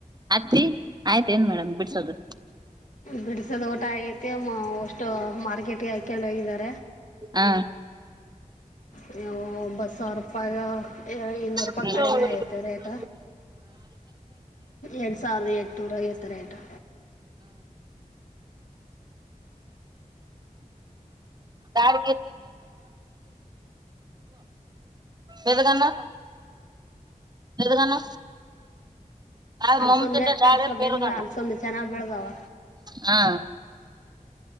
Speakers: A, on the right; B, on the left.
A: ಹತ್ತಿ ಆಯ್ತ ಏನ್ ಮೇಡಮ್ ಬಿಡ್ಸೋದು.
B: ಬಿಡಿಸೋದ ಊಟ ಆಐತಿ ಅಷ್ಟು ಮಾರ್ಕೆಟ್ಿಗೆ ಹಾಕೊಂಡು ಹೋಗಿದ್ದಾರೆ
A: ಹ
B: ನೀ ಒಂಬತ್ತು ಸಾವಿರ ರೂಪಾಯ ಇನ್ನೂರು ರೂಪಾಯಿ
A: ಹ್ಮ್
B: ಕಡಿಮೆ ಆಐತೆ ರೇಟ ಎರಡು ಸಾವಿರದ ಎನೂರು ಎತ್ತರ ಆಟು
A: ಾರ್ ಎದಗನ್ನ ಎದಗನ್ನ ಆ
B: ಅಲಸಂದೆ
A: ಮಮ್ಮಿಂದ
B: ಹಾಕಿ ಕಳಿಸ್ಬೇಕಂದ್ರೆ
A: ಾರೆರುಗ
B: ಅಲಸಂದೆ ಚೆನ್ನಾಗಿ ಬೆಳೆದಾವ
A: ಹಾ